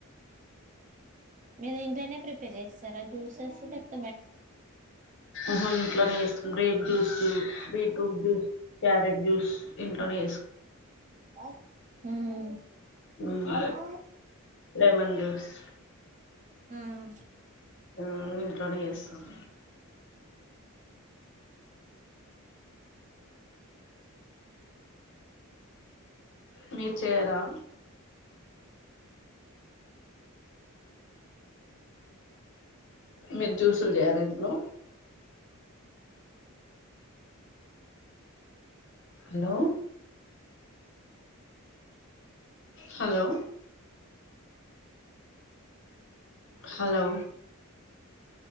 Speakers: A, on the right; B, on the left.
A: నేను ఇంట్లోనే ప్రిపేర్ తినేసారా జ్యూసెస్ డెప్
B: హ్మ్ ఇంట్లోనే చేసుకుంటాం grape juice beetroot juice carrot juice ఇంట్లోనే
A: ఆ ఉమ్,
B: హ్మ్
A: ఆ
B: లెమన్ జ్యూస్
A: హ్మ్
B: హ్మ్ ఇంట్లోనే చేస్తాం మీరు చేయరా మీరు జ్యూసులు చేయరా ఇంట్లో hello hello hello